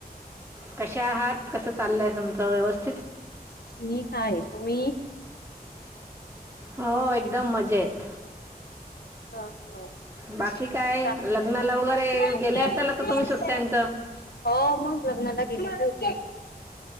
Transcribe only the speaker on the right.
कशा आहात कसं चाललंय तुमच व्यवस्था?
हो, एकदम मजेत.
बाकी
काय लग्नाला वगैरे
गेले असाल आता
तुम्ही सुट्ट्यांचं